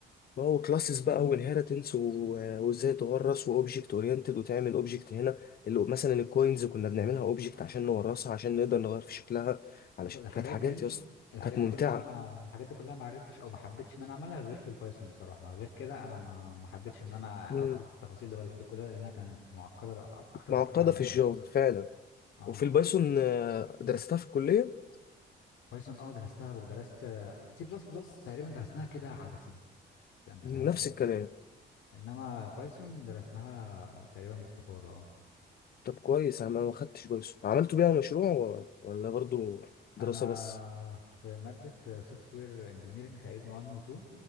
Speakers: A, on the left; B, on the left.
A: اه وكلاسز بقى والهيرتنس وازاي تورث واوبجكت اورينتد وتعمل اوبجكت هنا اللي مثلا الكوينز كنا بنعملها اوبجكت عشان نورثها عشان نقدر نغير في شكلها علشان
B: بس الحاجات
A: كانت حاجات
B: دي
A: يا اسطى
B: الحاجات
A: كانت
B: دي
A: ممتعه
B: كلها ما الحاجات دي كلها ما عرفتش او ما حبيتش ان انا اعملها غير في البايثون بصراحه غير كده انا ما ما حبيتش ان انا
A: مم.
B: ادخل في التفاصيل دي دي كلها لانها كانت معقده اكتر
A: معقده
B: بكتير عن
A: في
B: البايثون
A: الجافا فعلا
B: اه
A: وفي البايثون آه، درستها في الكليه
B: بايثون اه درستها ودرست سي بلس بلس تقريبا درسناها كده عبثي فانت
A: مم،
B: فاهم
A: نفس الكلام
B: انما بايثون درسناها تقريبا باستفاضه اه
A: طب كويس انا ما خدتش بايثون عملتوا بيها مشروع و- ولا برضو دراسه
B: انا
A: بس
B: في ماده سوفت وير انجينيرنج تقريبا 1 و 2